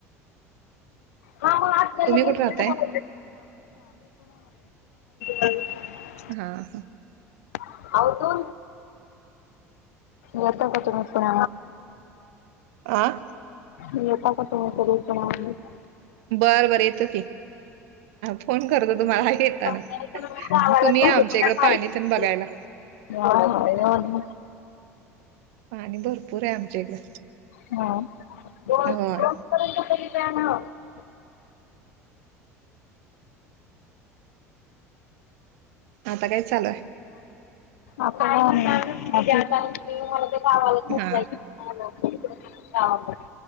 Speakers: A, on the left (about 70°); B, on the right (about 65°).
A: हा मग आपल्यालाॅम
B: तुम्ही कुठे राहताय?
A: <unintelligible>
B: हा हां.
A: अ तो. येता क तम प.
B: आ.
A: येता का तु्ही तरीच.
B: बर बरं येतो की फोन करतो तुम्हाला येताना.
A: पण यायचं म्हणजे गावाला
B: तुम्ही
A: तरी
B: या आमच्या
A: मला
B: इकडं
A: पाहिजे.
B: पाणी पण बघायला.
A: हा <unintelligible>
B: पाणी भरपूर आहे आमच्या इकडे
A: हा. दोन-
B: होय.
A: <unintelligible>
B: आता काय चालूय?
A: <unintelligible> त्या मला ते गावाला
B: आहे हा
A: खूप जायच गावा.